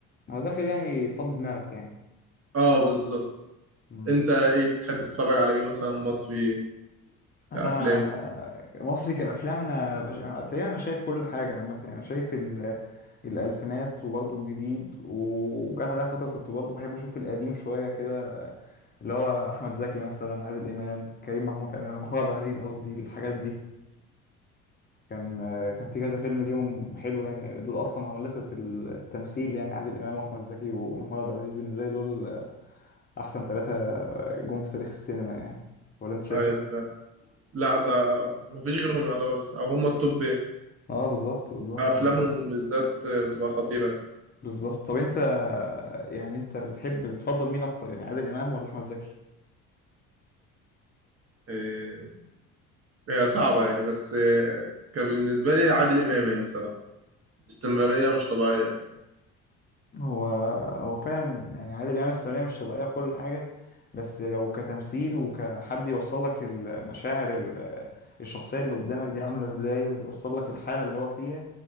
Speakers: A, on the left; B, on the right.
A: أنا داخل يعني تفضي دماغك يعني
B: اه بالظبط
A: مم،
B: انت
A: بالظبط
B: ايه بتحب تتفرج على ايه مثلا مصري
A: انا
B: كأفلام
A: مصري كافلام انا بش... تقريبا انا شايف كل حاجه عامه يعني انا شايف ال... الالفينات وبرضه الجديد وجات عليا فتره كنت برضه بحب اشوف القديم شويه كده اللي هو احمد زكي مثلا عادل امام كريم محمود آه، محمود عبد العزيز قصدي الحاجات دي كان كان في كذا فيلم ليهم حلو يعني دول اصلا عمالقه التمثيل يعني عادل امام واحمد زكي ومحمود عبد العزيز بالنسبه لي دول احسن ثلاثه جم في تاريخ السينما يعني ولا انت شايف
B: ايوه
A: ايه
B: ده فعلا لا ده مفيش غيرهم يعتبر بس او هم التوب يعني.
A: اه بالظبط بالظبط
B: افلامهم
A: بالظبط
B: بالذات بتبقى خطيره
A: بالظبط طب انت يعني انت بتحب بتفضل مين اكتر يعني عادل امام ولا احمد زكي
B: إيه، هي صعبه يعني بس إيه، كان بالنسبه لي عادل امام يعني الصراحه استمراريه مش طبيعيه
A: هو هو فعلا يعني عادل امام السينمائية مش طبيعية في كل حاجة بس لو كتمثيل وكحد يوصل لك المشاعر ال- الشخصية اللي قدامك دي عاملة ازاي ويوصل لك الحالة اللي هو فيها